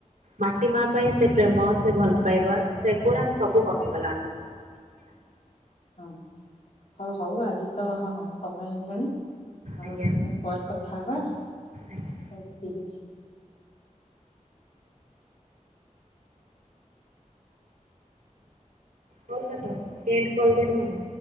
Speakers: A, on the right; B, on the left.
A: ମାଟି ମା ପାଇଁ ସେ ପ୍ରେମ ସେ ଭଲ ପାଇବା ସେଗୁଡା ସବୁ କମିଗଲା।
B: ହଁ ହଁ ହଉ ଆଜି ତ ହଁ ସମୟ ହେଇଗଲାଣି। ଆଉ
A: ଆଜ୍ଞା
B: ଆମେ ପରେ କଥା ହବା ହଉ
A: ଆଜ୍ଞା
B: ଠିକ୍ ଅଛି।
A: କଲ୍ କାଟ ଏଣ୍ଡ୍ କଲ୍ ଦେରେ ମୋର।